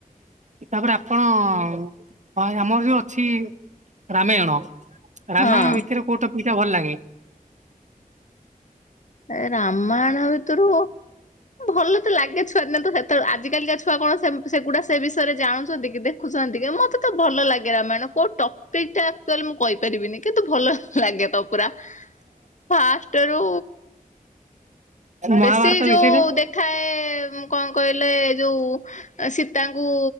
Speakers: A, on the right; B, on the left.
A: ତାପରେ ଆପଣଅ-ଅ-ଅ <inaudible> ଆମର ଯୋଉ ଅଛି ରାମାୟଣ,
B: ହଁ
A: ରାମାୟଣ ଭିତରେ କୋଉ ଟପିକଟା ଭଲ ଲାଗେ?
B: ଏ ରାମାୟଣ ଭିତରୁ ଭଲ ତ ଲାଗେ ଛୁଆଦିନେ ସେତେବେଳେ ଆଜିିକାଲିକା ଛୁଆ କଣ ସେମ୍ ସେଗୁଡା। ସେ ବିଷୟରେ ଜାଣୁଛନ୍ତି କି ଦେଖୁଛନ୍ତି କି ମୋତେ ତ ଭଲ ଲାଗେ ରାମାୟଣ କୋଉ ଟପିକଟା ଆକ୍ଚୁଆଲି ମୁଁ କହିପାରି <inaudible> କିନ୍ତୁ ଭଲ ଲାଗେ ତ ପୁରା, ଫାଷ୍ଟରୁ
A: ମହାଭାରତ
B: ବେଶୀ ଯୋଉ
A: ବିଷୟରେ
B: ଦେଖାଏ କଣ କହିଲେ ଯୋଉ ଶୀତ୍ ତାଙ୍କୁ